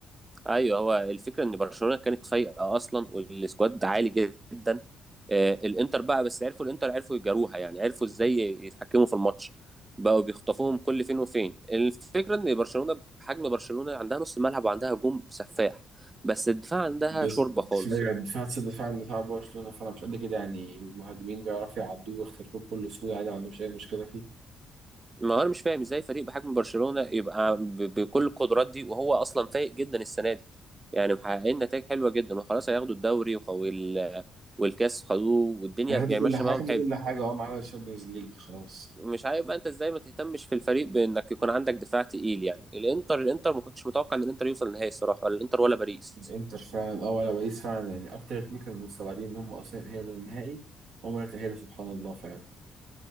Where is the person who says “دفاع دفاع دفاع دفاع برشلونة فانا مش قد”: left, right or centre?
Right